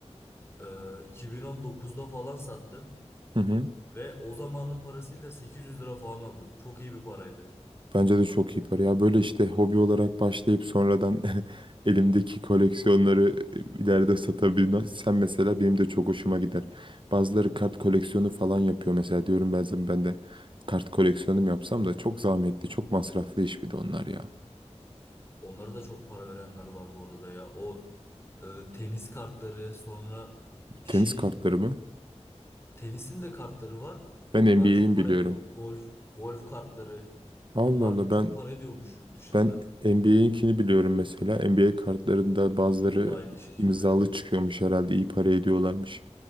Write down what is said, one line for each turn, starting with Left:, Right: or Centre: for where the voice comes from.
Left: Ee, 2019'da falan sattım
Right: Hı hı.
Left: ve o zamanın parasıyla 800 lira falan aldım. Çok iyi bir paraydı.
Right: Bence de çok iyi para. Ya böyle işte hobi olarak başlayıp sonradan <laughs> elimdeki koleksiyonları ileride satabilmem. Sen mesela benim de çok hoşuma gider. Bazıları kart koleksiyonu falan yapıyor mesela diyorum ben, ben de kart koleksiyonum yapsam da çok zahmetli, çok masraflı iş bir de onlar ya.
Left: Onlara da çok para verenler var bu arada ya. O e, tenis kartları sonra bir
Right: Tenis
Left: şey
Right: kartları mı?
Left: Tenisin de kartları var. Onlar
Right: Ben NBA'in
Left: çok para
Right: biliyorum.
Left: ediyor. Golf, golf kartları.
Right: Allah
Left: Bunlar
Right: Allah
Left: çok
Right: ben
Left: para ediyormuş yurt dışında.
Right: ben NBA'inkini biliyorum mesela. NBA kartlarında bazıları
Left: O da aynı şekilde.
Right: imzalı çıkıyormuş herhalde iyi para ediyorlarmış.